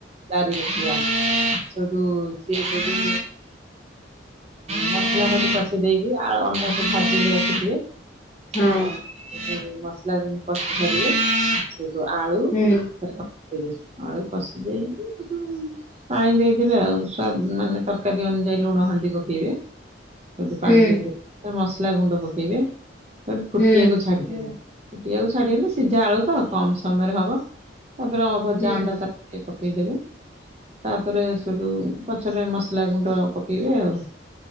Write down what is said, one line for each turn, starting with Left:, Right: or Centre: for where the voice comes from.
Right: ଚାରି ବର୍ଷିଆ ସେଇଠୁ ସିଏ ସେଇଠୁ ମସଲା ସବୁ କଷି ଦେଇକି ଆଳୁ ଅଣ୍ଡାକୁ ଭାଜିକି ରଖିଥିବେ। <unintelligible>
Left: ହଁ
Right: ମସାଲା ଯେମିତି କଷିସାରିବେ ସେଠୁ ଆଳୁ
Left: ହୁଁ।
Right: <unintelligible> ଆଳୁ କଷି ଦେଇକି ସେଟୁ ପାଣି ଦେଇଦେବେ ଆଉ ସୁଆ ମାନେ ତରକାରୀ ଅନୁଯାୟୀ ଲୁଣ ହଳଦୀ ପକାଇବେ ସେଇଠୁ ପାଣି
Left: ହୁଁ
Right: ଦେଇଦେବେ। ମସଲା ଗୁଣ୍ଡ ପକେଇବେ ତାକୁ ଫୁଟିଆକୁ
Left: ହୁଁ
Right: ଛାଡି ଦେବେ। ଫୁଟିଆକୁ ଛାଡ଼ି ଦେଲେ ସିଝା ଆଳୁ ତ କମ୍ ସମୟ ରେ ହବ ତାପରେ ଭଜା
Left: ହୁଁ
Right: ଅଣ୍ଡା ତ ଟିକେ ପକେଇଦବେ ତାପରେ ସେଇଠୁ ପଛରେ ମ ସଲା ଗୁଣ୍ଡ ପକେଇବେ ଆଉ।